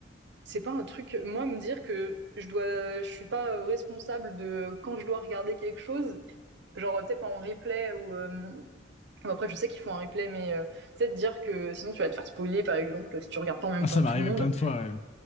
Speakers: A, on the right; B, on the left.
A: C'est pas un truc, moi, me dire que je dois, je suis pas euh, responsable de euh, quand je dois regarder quelque chose, genre, tu sais, pas en replay ou, euh, bon, après, je sais qu'ils font un replay, mais, euh, tu sais, de dire que sinon tu vas te faire spoiler, par exemple, si tu regardes pas en même
B: Ah, ça
A: temps que
B: m'est
A: tout
B: arrivé
A: le monde.
B: plein de fois, ouais.